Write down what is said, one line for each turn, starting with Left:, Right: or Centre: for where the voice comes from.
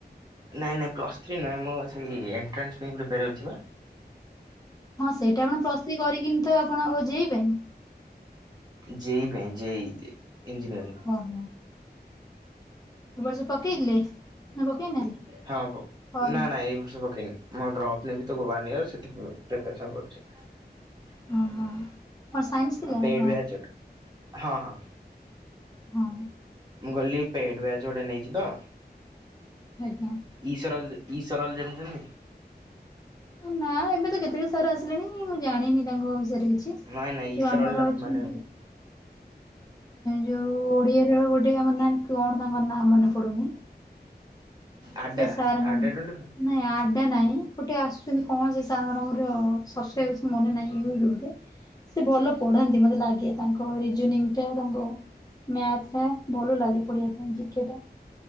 Right: ନାଇଁ ନାଇଁ ପ୍ଲସ୍ ଥ୍ରୀ ନୁହେଁ, ମୁଁ ସେଇ ଏଣ୍ଟ୍ରାନ୍ସ ପାଇଁ ପ୍ରିପେୟାର ହେଉଚିପା।
Left: ହଁ ସେଇଟା ଆପଣ ପ୍ଲସ୍ ଥ୍ରି କରିକିନିତ ଆପଣ ଜେ ଇ ପାଇଁ।
Right: ଜେ ଇ ପାଇଁ ଜେ ଇ ଇଞ୍ଜିନିୟରିଂ।
Left: ହଁ ହଁ। ଏ ବର୍ଷ ପକେଇଥିଲେ? ନା ପକେଇନାହାନ୍ତି
Right: ହଁ ପ
Left: ଫର୍ମ?
Right: ନା ନାଁ ଏଇ ବର୍ଷ ପକେଇନି। ମୁଁ ଡ୍ରପ୍ ନେବିତ ୱାନ୍ ଇୟର ସେଥି ପାଇଁ ପ୍ରିପାରେସନ୍ କରୁଚି। <unintelligible>
Left: ହଁ ହଁ କଣ ସାଇନ୍ସ ଥିଲା
Right: ଆ ପେଡ୍
Left: ଆପଣଙ୍କର
Right: ଵ୍ୟାଚ ଟେ ହଁ ହଁ।
Left: ହଁ।
Right: ମୁଁ କହିଲି ପେଡ୍ ବ୍ଯାଚ ଗୋଟେ ନେଇଚିତ
Left: ଆଜ୍ଞା।
Right: ଈଶ୍ୱରଲ ଈଶ୍ୱରଲ୍ ଜାଣିଚନ୍ତି
Left: ନା ଏବେତ କେତେକ ସାର୍ ଆସିଲେଣି ମୁଁ ଜାଣିନି ତାଙ୍କ ବିଷୟରେ କିଛି।
Right: ନାଇଁ ନାଇଁ
Left: ଯୋଉ
Right: ଇସରଲ୍
Left: ଆମର
Right: ଟା
Left: ଅଚନ୍ତି
Right: ମାନେ ହଁ
Left: ଯୋଉ ଓଡ଼ିଆରେ ଯୋଉ ଗୋଟେ ଆମର ନାହାନ୍ତି କଣ ତାଙ୍କର ନାଁ ମନେ ପଡ଼ୁନି
Right: ଆଡା
Left: ସେ ସାର୍ ଙ୍କ
Right: ଆଡା ଟ୍ୱେଣ୍ଟି ଫୋର୍
Left: ନାଇଁ ଆଡା ନାଇଁ ଗୋଟେ ଆସୁଛନ୍ତି କଣ ସେ ସାରଙ୍କର ସବସ୍କ୍ରାଇବସନ୍ ମନେ ନାହିଁ ୟୁୁଟୁବରେ ସେ ଭଲ ପଢାନ୍ତି ମତେ ଲାଗେ ତାଙ୍କ ରିଜନିଙ୍ଗ୍ ଟା ତାଙ୍କ ମ୍ୟାକ୍ସ ଭଲ ଲାଗେ ପଢିବା ପାଇଁ ଜି କେ ଟା।